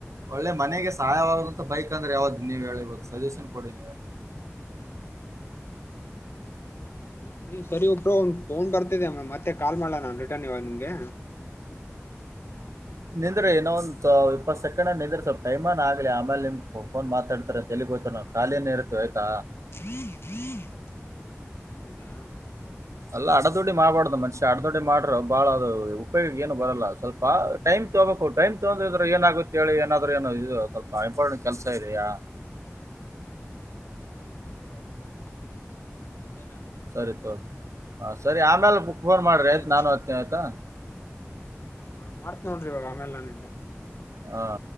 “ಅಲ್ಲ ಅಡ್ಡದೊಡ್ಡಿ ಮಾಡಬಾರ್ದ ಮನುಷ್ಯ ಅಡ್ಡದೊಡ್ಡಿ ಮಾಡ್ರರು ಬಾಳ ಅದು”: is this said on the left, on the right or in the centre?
Right